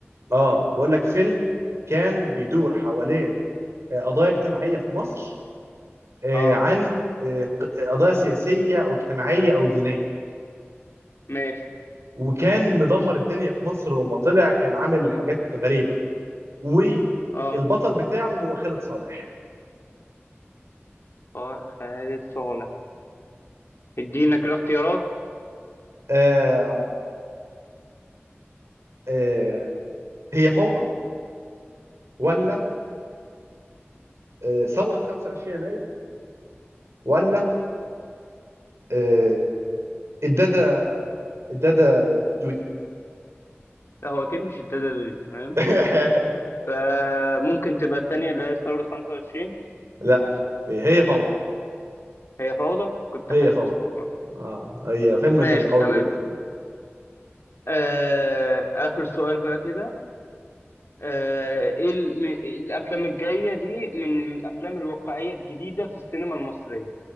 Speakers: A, on the right; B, on the left.
A: اه بقول لك فيلم كان بيدور حوالين آه، قضايا اجتماعيه في مصر آه،
B: اه
A: عن آه، ق- قضايا سياسيه او اجتماعيه او دينيه
B: ماشي
A: وكان مدمر الدنيا في مصر لما طلع كان عامل حاجات غريبه والبطل
B: اه
A: بتاعه هو خالد صالح
B: خا- خالد صالح ادينا كده اختيارات
A: آم، آم، هي فوضى ولا آه، ثوره 25 يناير ولا آه، الداده الدادا دودي
B: لا هو اكيد مش الدادا دي تمام
A: <laughs>
B: فممكن تبقى التانية اللي هي ثورة 25
A: لا هي هي فوضى
B: هي فوضى كنت
A: هي
B: حاسس
A: فوضى
B: والله
A: اه هي فيلم
B: ماشي
A: كان قوي
B: تمام
A: جدا يعني
B: آه آخر سؤال بقى كده آه، ايه الم- إيه الافلام الجايه دي من الافلام الواقعيه الجديده في السينما المصريه